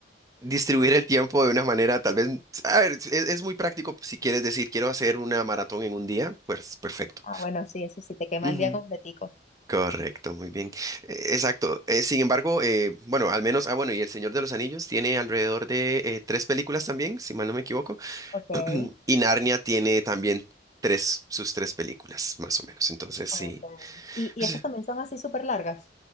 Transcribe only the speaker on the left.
Ah, bueno, sí, eso sí, te quema
el día completico.
Ok.
ok.
¿Y, y
esas
también son así súper largas?